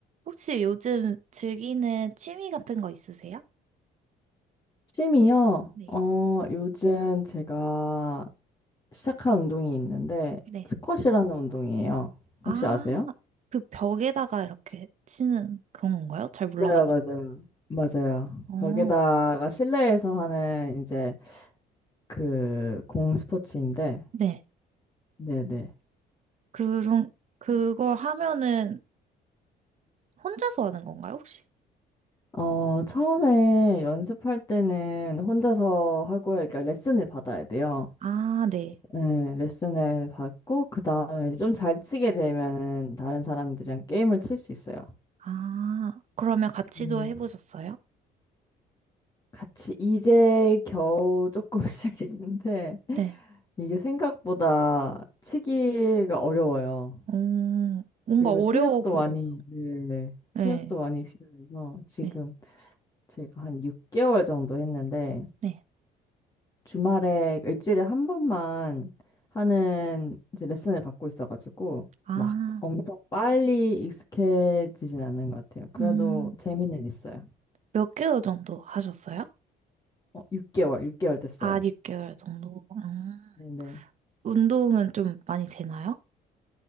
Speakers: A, on the right; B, on the left.
A: 혹시 요즘 즐기는 취미 같은 거 있으세요?
B: 취미요?
A: 네.
B: 어, 요즘 제가 시작한 운동이 있는데,
A: 네.
B: 스쿼시라는 운동이에요.
A: 아,
B: 혹시 아세요?
A: 그 벽에다가 이렇게 치는 그런 건가요? 잘 네. 몰라가지고.
B: 맞아요, 맞아요. 맞아요.
A: 어,
B: 거기다가 실내에서 하는 이제 그 공 스포츠인데,
A: 네.
B: 네네.
A: 그런, 그걸 하면은 혼자서 하는 건가요, 혹시?
B: 어, 처음에 연습할 때는 혼자서
A: 네.
B: 하고요. 그러니까 레슨을 받아야 돼요.
A: 아, 네.
B: 네, 레슨을 받고, 그 다음에 좀 잘 치게 되면 다른 사람들이랑 게임을 칠 수 있어요.
A: 아, 그러면 같이도
B: 음.
A: 해보셨어요?
B: 같이 이제 겨우 조금 <laughs> 시작했는데
A: 네.
B: 이게 생각보다 치기가 어려워요.
A: 음, 뭔가
B: 그리고
A: 어려워
B: 체력도
A: 보여요.
B: 많이 네,
A: 네.
B: 체력도 많이 필요해서 지금
A: 네.
B: 제가 한 6개월 정도 했는데
A: 네.
B: 주말에 일주일에 한 번만 하는 이제 레슨을 받고 있어가지고
A: 아,
B: 막 엄청 빨리 익숙해지진 않는 것 같아요. 그래도
A: 음, 음,
B: 재미는 있어요.
A: 몇 개월 정도 하셨어요?
B: 어, 6개월, 6개월 됐어요.
A: 아, 6개월 정도. 음.
B: 네네.
A: 운동은 좀 많이 되나요?